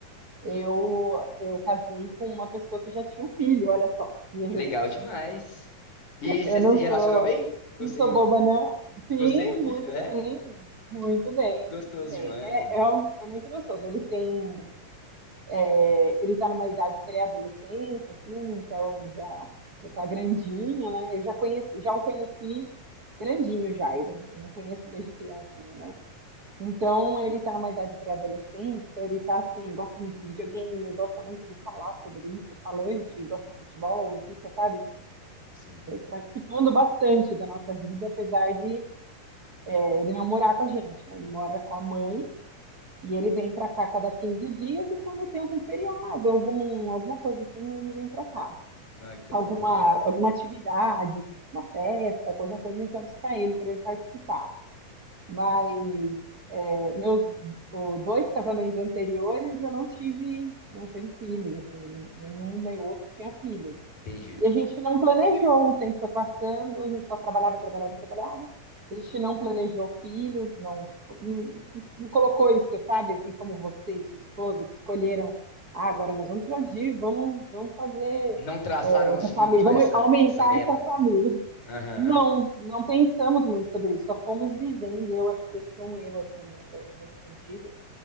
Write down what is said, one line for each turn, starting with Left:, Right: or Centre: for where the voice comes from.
Right: Eu, eu casei com uma pessoa que já tinha um filho, olha só. Minha
Left: Legal demais. E vocês
Right: Eu não
Left: se relacionam
Right: sou,
Left: bem? Você
Right: não sou
Left: e o,
Right: boba,
Left: fi-
Right: não. Sim,
Left: você e o filho,
Right: muito
Left: é?
Right: bem, muito
Left: Que
Right: bem,
Left: gostoso
Right: muito bem.
Left: demais,
Right: É,
Left: mano.
Right: é, um- é muito gostoso. Ele tem, é, ele está numa idade pré-adolescência, assim, então já já está grandinho, né? Eu já conheci, já o conheci grandinho já. Eu não eu não conheço desde criancinha, né? Então ele está numa idade pré-adolescente, então ele está assim, gosta muito de videogame, gosta muito de falar sobre isso, falante, gosta de futebol, fica, sabe?
Left: Sim.
Right: participando bastante da nossa vida, apesar de é, ele não morar com a gente, né? Ele mora com a mãe e ele vem para cá cada 15 dias e quando tem algum feriado, algum, alguma coisa assim, ele vem para cá.
Left: Não, é coisa
Right: Alguma,
Left: boa.
Right: alguma atividade, uma festa, qualquer coisa, a gente vai buscar ele para ele participar. Mas é, meus o, dois casamentos anteriores eu não tive, não tive filhos, assim, nenhum nem outro tinha filhos.
Left: Entendi.
Right: E a gente não planejou, o tempo foi passando, a gente só trabalhava, trabalhava, trabalhava. A gente não planejou filhos, não, não, não colocou isso, sabe, assim como você e sua esposa, que escolheram, ah, agora nós vamos explodir, vamos, vamos fazer
Left: Não traçaram
Right: essa
Left: junto
Right: família, vamos
Left: essa,
Right: aumentar
Left: essa meta.
Right: essa família.
Left: Aham.
Right: Não, não pensamos muito sobre isso, só fomos vivendo. Eu acho que esse foi um erro, assim, nessa- nesse sentido.